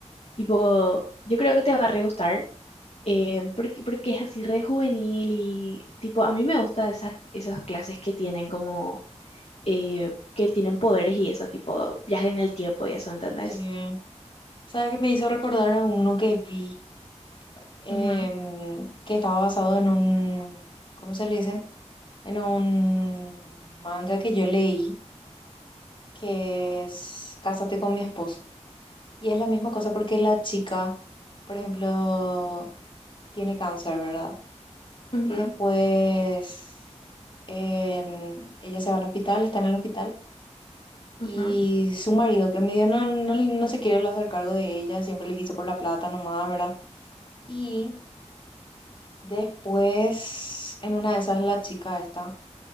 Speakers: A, on the left; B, on the left.
A: tipo yo creo que te va a re gustar eh, porque, porque es así re juvenil y tipo a mí me gusta esas, esas clases que tienen como eh, que tienen poderes y eso, tipo viaje en el tiempo y eso, ¿entendés?
B: sí. ¿Sabes qué me hizo recordar a uno que vi? em,
A: Ujú,
B: que estaba basado en un, ¿cómo se le dice? En un manga que yo leí, que es Cásate con mi esposo. Y es la misma cosa porque la chica, por ejemplo, tiene cáncer, ¿verdad?
A: ujú,
B: Y después en- ella se va al hospital, está en el hospital.
A: ujú,
B: Y su marido, que medio no, no, no se quiere hacer cargo de ella, siempre le quiso por la plata nomás, ¿verdad? Y después, en una de esas, la chica esta